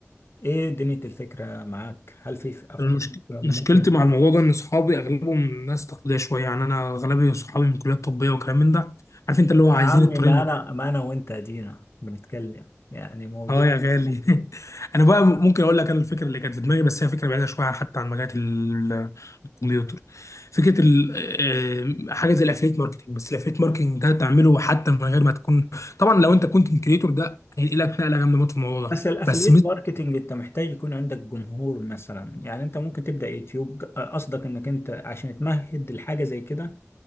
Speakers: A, on the left; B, on the left.
A: ايه دنيا الفكرة معاك هل في في افكار
B: المشك...
A: ممكن
B: مشكلتي مع الموضوع ده ان صحابي اغلبهم ناس تقليديه شويه يعني انا اغلبي صحابي من كليات طبيه وكلام من ده عارف انت اللي هو عايزين
A: يا عم
B: الطريق
A: ما
B: المرسي
A: انا ما انا وانت ادينا بنتكلم يعني موضوع
B: اه يا غالي <laughs> انا بقى ممكن اقول لك انا الفكره اللي كانت في دماغي بس هي فكره بعيده شويه حتى عن مجالات ال- الكمبيوتر فكره ال... آه، حاجه زي الافليت ماركتنج بس الافليت ماركتنج ده تعمله حتى من غير ما تكون طبعا لو انت كنت كريتور ده هينقلك نقله جامده موت في الموضوع ده
A: بس الافليت
B: بس
A: ماركتنج انت محتاج يكون عندك جمهور مثلا يعني انت ممكن تبدا يوتيوب قصدك انك انت عشان تمهد لحاجه زي كده